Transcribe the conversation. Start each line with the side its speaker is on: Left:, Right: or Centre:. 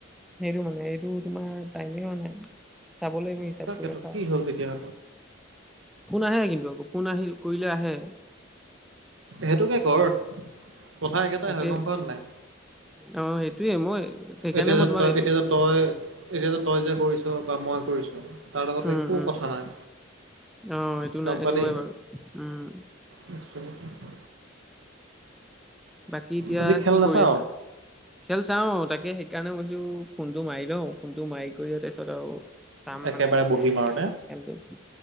Centre: সেইটো মানে এইটো তোমাৰ টাইমে হোৱা নাই, চাব লাগিব হিচাপ
Right: তাকেতো
Centre: কৰি ৰখা।
Right: কি হ'ল তেতিয়া।
Centre: ফোন আহে কিন্তু আকৌ ফোন আহি কৰিলে আহে।
Right: সেইটোকে কৰ কথা একেটাই
Centre: তাকে
Right: হয় গম পা নে নাই।
Centre: অ', সেইটোয়ে মই। সেইকাৰণে
Right: এতিয়া
Centre: মই
Right: যে
Centre: তোমাক
Right: তই
Centre: এইটো
Right: এতিয়া তই এতিয়া তই যে কৰিছ বা মই কৰিছোঁ। তাৰ লগত
Centre: উম,
Right: একো
Centre: উম,
Right: কথা নাই
Centre: অ', এইটো নাই
Right: গ'ম
Centre: এইটো
Right: পালি।
Centre: হয় বাৰু উম।
Right: নিশ্চয়ক <unintelligible>
Centre: বাকী এতিয়া
Right: আজি খেল
Centre: কি
Right: নাচাও
Centre: কৰি আছা, খেল চাওঁ তাকে সেইকাৰণে কৈছো ফোনটো মাৰি লওঁ। ফোনটো মাৰি কৰি তাৰ পিছত আৰু চাম
Right: একেবাৰে
Centre: মানে খেলটো
Right: বহিম আৰু নে